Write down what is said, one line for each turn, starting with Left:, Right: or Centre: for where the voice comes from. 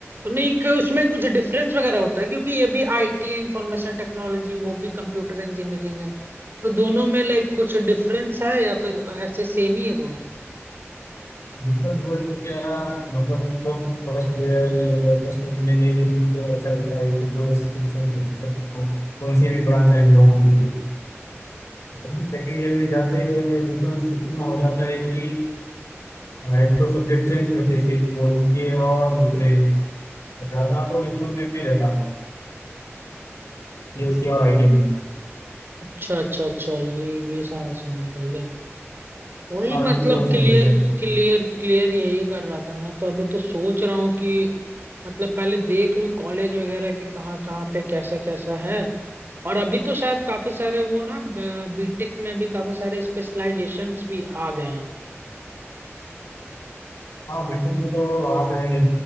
Right: नहीं कि उसमें कुछ डिफरेंस वगैरह होता है क्योंकि ये भी आईटी है इंफॉर्मेशन टेक्नोलॉजी वो भी कंप्यूटर इंजीनियरिंग है तो दोनों में लाइक कुछ डिफरेंस है या फिर ऐसे सेम ही है दोनों
Left: मतलब वो तो क्या मतलब सब फर्स्ट ईयर फर्स्ट इंजीनियरिंग में तो ऐसा रहता है कि दो restriction सबको कौन सी भी ब्रांच रहे दो होंगे। सेकेंड ईयर में जाते हैं डिफरेंस इतना हो जाता है कि अ, एक तो सब्जेक्ट चेंज होते हैं सिर्फ तो इनके और दूसरे ज़्यादा तो डिफरेंस नहीं रहता ये उसकी और आईटी में
Right: अच्छा अच्छा अच्छा ये ये सारा सीन होता है क्या वही
Left: हाँ
Right: मतलब
Left: ये पूरा सीन
Right: क्लियर
Left: रहता है इसमें
Right: क्लियर क्लियर यही कर रहा था मैं तो अभी तो सोच रहा हूँ कि मतलब पहले देख लूँ कॉलेज वगैरह की कहाँ कहाँ पे कैसा कैसा है और अभी तो शायद काफी सारे वो ना बीटेक में भी काफी सारे स्पेशलाइजेशंस भी आ गए हैं
Left: हाँ बिल्कुल में तो आ गए